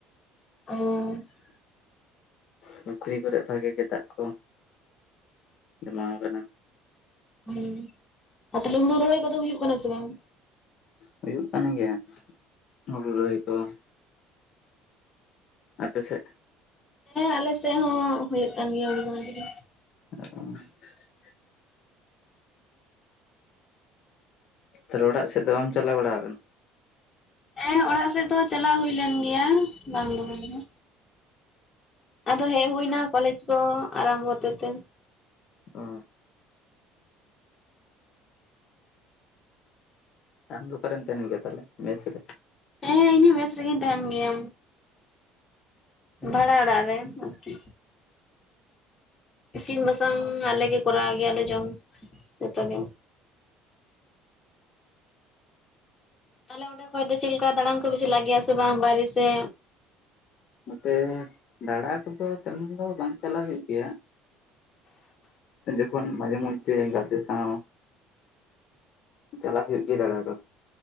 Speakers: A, on the left (about 15°); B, on the left (about 45°).
A: <inaudible>
B: ᱯᱩᱠᱷᱨᱤ ᱠᱚᱨᱮ ᱵᱷᱟᱜᱮ ᱜᱮ ᱫᱟᱜ ᱠᱚ ᱡᱚᱢᱟᱣ ᱠᱟᱱᱟ᱾
A: ᱦᱩᱸ ᱟᱨ ᱛᱟᱦᱚᱞᱮ ᱦᱩᱲᱩ ᱨᱚᱦᱚᱭ ᱠᱚᱫᱚ ᱦᱩᱭᱩᱜ ᱠᱟᱱᱟ ᱥᱮ ᱵᱟᱝ?
B: ᱦᱩᱭᱩᱜ ᱠᱟᱱ ᱜᱮᱭᱟ ᱦᱩᱲᱩ ᱨᱚᱦᱚᱭ ᱠᱚ ᱾ ᱟᱯᱮ ᱥᱮᱫ
A: ᱦᱮᱸ ᱟᱞᱮ ᱥᱮᱫ ᱦᱚᱸ ᱦᱩᱭᱩᱜ ᱠᱟᱱ ᱜᱮᱭᱟ ᱦᱩᱲᱩ ᱨᱚᱦᱚᱭ ᱠᱚᱫᱚ᱾
B: <unintelligible> ᱛᱟᱦᱞᱮ ᱚᱲᱟᱜ ᱥᱮᱫ ᱫᱚ ᱵᱟᱢ ᱪᱟᱞᱟᱣ ᱵᱟᱲᱟ ᱠᱟᱱᱟ?
A: ᱦᱮᱸ ᱚᱲᱟᱜ ᱥᱮᱫ ᱫᱚ ᱪᱟᱞᱟᱣ ᱦᱩᱭ ᱞᱮᱱ ᱜᱮᱭᱟ ᱵᱟᱝ ᱫᱚ ᱵᱟᱝ ᱜᱮ᱾ ᱟᱫᱚ ᱦᱮᱡ ᱦᱩᱭ ᱱᱟ ᱠᱚᱞᱮᱡ ᱠᱚ ᱟᱨᱟᱢᱚᱵᱚ ᱦᱚᱛᱮ ᱛᱮ᱾
B: ᱚ᱾ ᱟᱢ ᱫᱚ ᱚᱠᱟᱨᱮᱢ ᱛᱟᱦᱮᱱ ᱜᱮ ᱛᱟᱦᱞᱮ ᱢᱮᱥ ᱨᱮ?
A: ᱦᱮᱸ ᱤᱧ ᱦᱚᱸ ᱢᱮᱥ ᱨᱮᱜᱮ ᱛᱟᱦᱮᱸᱱ ᱜᱮᱭᱟ᱾ ᱵᱷᱟᱲᱟ ᱚᱲᱟᱜ ᱨᱮ ᱟᱨᱠᱤ᱾ ᱤᱥᱤᱱ ᱵᱟᱥᱟᱝ ᱟᱞᱮ ᱜᱮ ᱠᱚᱨᱟᱣ ᱜᱮᱭᱟᱞᱮ ᱡᱚᱢ ᱡᱚᱛᱚ ᱜᱮ᱾ ᱛᱟᱦᱞᱮ ᱚᱸᱰᱮ ᱠᱷᱚᱡ ᱫᱚ ᱪᱮᱫᱠᱟ ᱫᱟᱬᱟᱱ ᱠᱚᱯᱮ ᱪᱟᱞᱟᱜ ᱜᱮᱭᱟ ᱥᱮ ᱵᱟᱝ ᱵᱟᱭᱨᱮ ᱥᱮᱜ?
B: ᱱᱚᱛᱮ ᱫᱟᱲᱟ ᱠᱚᱫᱚ ᱛᱮᱢᱚᱱ ᱫᱚ ᱵᱟᱝ ᱪᱟᱞᱟᱜ ᱦᱩᱭᱩᱜ ᱜᱮᱭᱟ᱾ ᱡᱮᱠᱷᱚᱱ ᱢᱟᱡᱮ ᱢᱩᱫᱫᱷᱮ ᱜᱟᱛᱮ ᱥᱟᱶ ᱪᱟᱞᱟᱜ ᱦᱩᱭᱩᱜ ᱜᱮᱭᱟ ᱫᱟᱲᱟ ᱫᱚ᱾